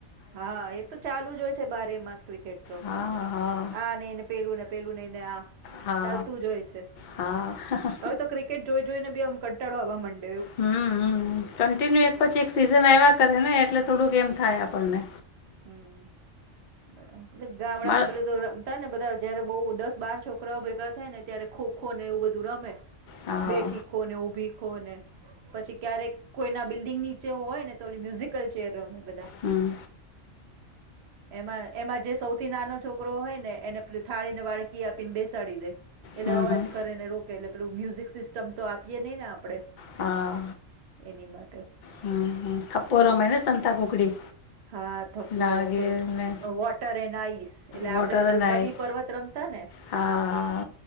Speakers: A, on the right; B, on the left.
A: હા એ તો ચાલુ જ હોય છે બારે માસ ક્રિકેટ તો,
B: હા હા
A: આને એને પેલું ને પેલું ની ને આ.
B: હા
A: ચાલતું જ હોય છે.
B: હા હા
A: હવે તો ક્રિકેટ જો જોઈને આમ કટાડો આવવા માંડે
B: હમ કન્ટિન્યુ એક પછી એક સીઝન આવ્યા કરે ને એટલે થોડુંક એમ થાય આપણને.
A: હમ, બરાબર ગામડા
B: મા
A: માં બધ તો રમતા ને બધા જયારે બહુ દસ બાર છોકરાઓ ભેગા થાય ને ત્યારે ખોખો ને એવું બધું રમે.
B: હા
A: બેઠીકો ને ઉભી ખોને. પછી ક્યારેક કોઈ ના બિલ નીચે હોયનેલી મ્યુઝિકલ ચેર રમે. બધા.
B: હમ્મ
A: એમાં એમાં જે સૌથી નાનો છોકરો હોય ને એને થાળી ને વાળકી આપીને બેસાડી દે. એટલે
B: હમ્મ
A: અવાજ
B: હમ્મ
A: કરેને રોકે એટલે પેલું મ્યુઝિક સિસ્ટમ તો આપીએ નહીં ને આપણે.
B: હા.
A: એની માટે.
B: હમ્મ હમ્મ થપ્પો રમે ને સંતા કુકડી
A: હા થપ્પો
B: નારગેલ
A: પેલું,
B: ને
A: વોટર એન્ડ આઈસ એટલે
B: વોટર
A: આપડે પેલું
B: એન્ડ આઈસ
A: નદી પર્વત રમતા ને,
B: હા